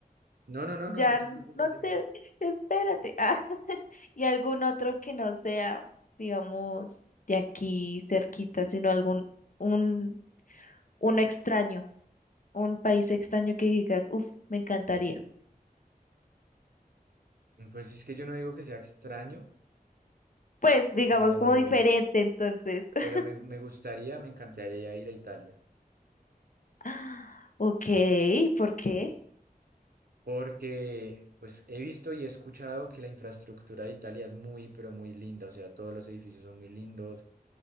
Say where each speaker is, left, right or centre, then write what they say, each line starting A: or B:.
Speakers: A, on the right (about 75°); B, on the left (about 55°).
A: No, no, no,
B: Ya
A: no, no te
B: n-
A: preocupes,
B: no
A: dime.
B: te, espérate. Ah, <laughs> y algún otro que no sea, digamos, de aquí cerquita, sino algún, un, un extraño, un país extraño que digas, uff, me encantaría.
A: Pues es que yo no digo que sea extraño,
B: Pues,
A: pero,
B: digamos, como diferente, entonces. <laughs>
A: pero me, me gustaría, me encantaría ir a Italia,
B: Ah, Ok, ¿por qué?
A: porque pues he visto y he escuchado que la infraestructura de Italia es muy, pero muy linda, o sea, todos los edificios son muy lindos,